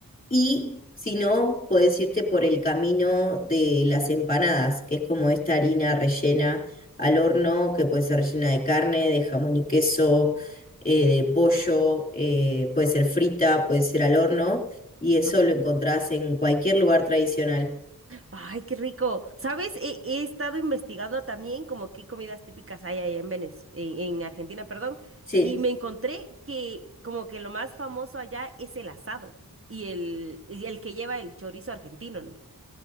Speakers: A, on the left; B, on the right.
A: Y si no, puedes irte por el camino de las empanadas, que es como esta harina rellena al horno, que puede ser rellena de carne, de jamón y queso, eh, de pollo, eh, puede ser frita, puede ser al horno, y eso
B: ujú.
A: lo encontrás en cualquier lugar tradicional.
B: Ay, qué rico. ¿Sabes? He, he estado investigando también como qué comidas típicas hay ahí en Venez- en, en Argentina, perdón,
A: Sí.
B: y me encontré que como que lo más famoso allá es el asado y el, y el que lleva el chorizo argentino. ¿no?